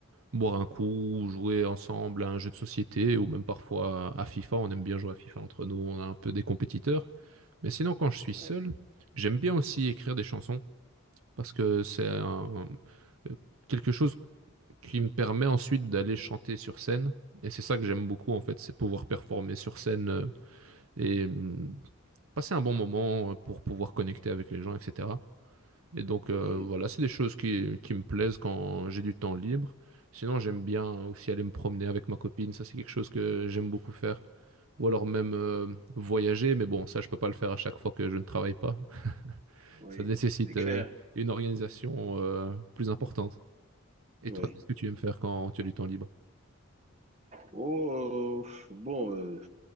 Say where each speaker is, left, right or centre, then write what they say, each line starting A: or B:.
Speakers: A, on the right; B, on the right.
A: boire un coup, ou jouer ensemble à un jeu de société ou même parfois à FIFA. On aime bien jouer à FIFA entre nous, on a un peu des compétiteurs. Mais sinon quand je suis
B: Oui,
A: seul, j'aime bien aussi écrire des chansons parce que c'est un- euh, quelque chose qui me permet ensuite d'aller chanter sur scène. Et c'est ça que j'aime beaucoup en fait, c'est pouvoir performer sur scène euh, et hum, passer un bon moment euh, pour pouvoir connecter avec les gens, etc. Et donc euh,
B: oui,
A: voilà, c'est des choses qui, qui me plaisent quand j'ai du temps libre. Sinon, j'aime bien aussi aller me promener avec ma copine, ça c'est quelque chose que j'aime beaucoup faire. Ou alors même euh, voyager, mais bon, ça je peux pas le faire à chaque fois que je ne travaille pas. <laughs>
B: oui,
A: Ça nécessite
B: c'est clair.
A: euh, une organisation euh, plus importante. Et
B: Oui.
A: toi, qu'est-ce que tu aimes faire quand tu as du temps libre?
B: Oh, euh, bon, euh,